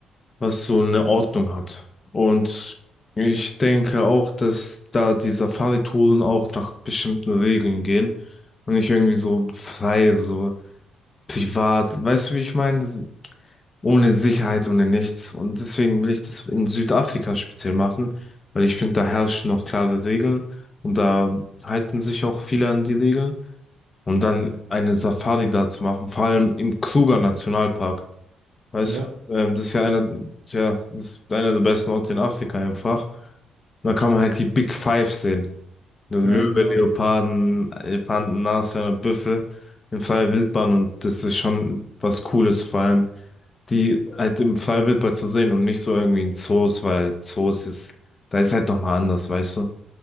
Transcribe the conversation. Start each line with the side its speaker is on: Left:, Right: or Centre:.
Left: was so eine Ordnung hat. Und ich denke auch, dass da die Safari-Touren auch nach bestimmten Regeln gehen und nicht irgendwie so frei, so privat. Weißt du, wie ich meine? Ohne Sicherheit, ohne nichts. Und deswegen will ich das in Südafrika speziell machen, weil ich finde, da herrschen noch klare Regeln und da halten sich auch viele an die Regeln. Und dann eine Safari da zu machen, vor allem im Kruger Nationalpark. Weißt
Right: Ja,
Left: du, ähm, das ist ja einer, ja, das ist einer der besten Orte in Afrika einfach. Und da kann man halt die Big Five sehen. Also
Right: ja,
Left: Löwe,
Right: genau.
Left: Leoparden, Elefanten, Nashörner, Büffel in freier Wildbahn und das ist schon was Cooles, vor allem die halt im freier Wildbahn zu sehen und nicht so irgendwie in Zoos, weil Zoos ist, da ist halt nochmal anders, weißt du?